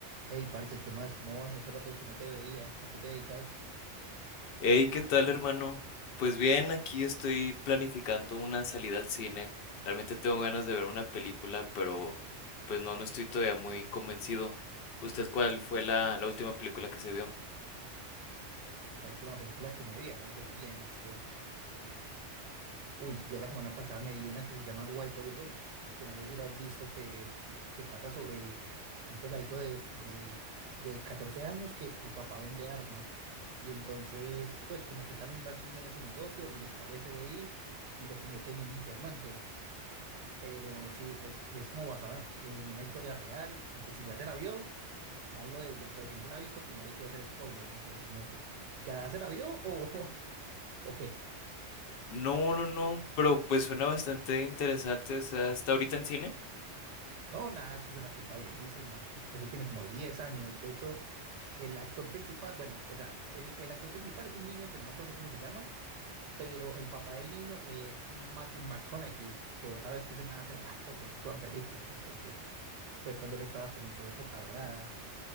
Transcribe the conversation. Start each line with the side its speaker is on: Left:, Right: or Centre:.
Right: Hey, parce, ¿qué más? ¿Cómo vas? Hace rato que no te veía. ¿A qué te dedicas?
Left: Hey, ¿qué tal, hermano? Pues bien, aquí estoy planificando una salida al cine. Realmente tengo ganas de ver una película, pero pues no, no estoy todavía muy convencido. ¿Usted cuál fue la, la última película que se vio?
Right: La última película que me vi, a ver, yo pienso. Uy, yo la semana pasada me vi una que se llama White Boy Rick, que no sé si la has visto, que, que trata sobre un peladito de, de, de 14 años que el papá vende armas. Y entonces, pues como que él también va siguiendo en ese negocio y le cae el FBI y lo convierte en un informante. Pero sí, es, es como basado en una historia real. Y pues si ya se la vio, hablo de ella. Pero si no se la ha visto, pues no le quiero hacer spoiler. Entonces no sé. ¿Ya se la vio o, <laughs> o qué?
Left: No, no, no, pero pues suena bastante interesante. o sea, ¿Está ahorita en cine?
Right: No, nada, esto es una película viejísima. Eso tiene como 10 años. De hecho, el actor principal, bueno, o sea, el, el actor principal es un niño que no me acuerdo cómo se llama, pero el papá del niño es Matthew McConaughey, que vos sabes que ese man hace rato que no actúa en películas. Entonces fue cuando él estaba como en su época dorada.